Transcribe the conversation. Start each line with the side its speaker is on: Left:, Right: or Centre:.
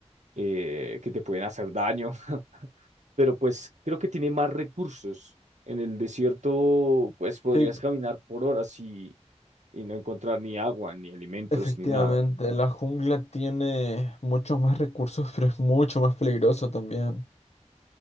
Right: eh, que te pueden hacer daño. pero pues creo que tiene más recursos. En el desierto, pues podrías
Left: Sí,
Right: caminar por horas y, y no encontrar ni agua, ni alimentos,
Left: efectivamente,
Right: ni nada.
Left: la jungla tiene muchos más recursos, <laughs> pero es mucho más peligroso también.